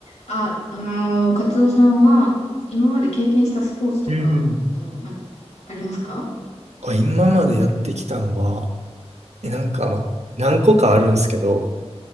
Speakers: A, on the left; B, on the right.
A: あ、あのー、カツオさんは、今まで経験したスポーツとか、
B: うんうん。
A: と、な、ありますか
B: あ今までやってきたのは、え、なんか、まあ、何個かあるんですけど、